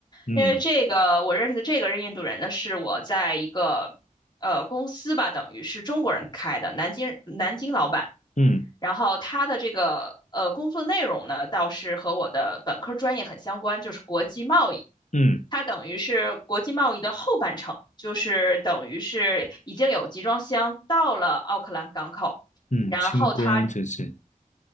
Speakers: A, on the left; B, on the left.
A: 嗯
B: 因为这个我认识的这个印度人呢，是我在一个。呃，公司吧，等于是中国人开的，南京南京老板。
A: 嗯
B: 然后他的这个呃工作内容呢，倒是和我的本科专业很相关，就是国际贸易。
A: 嗯
B: 它等于是国际贸易的后半程，就是等于是已经有集装箱到了奥克兰港口，
A: 嗯，
B: 然后它
A: 清官这些，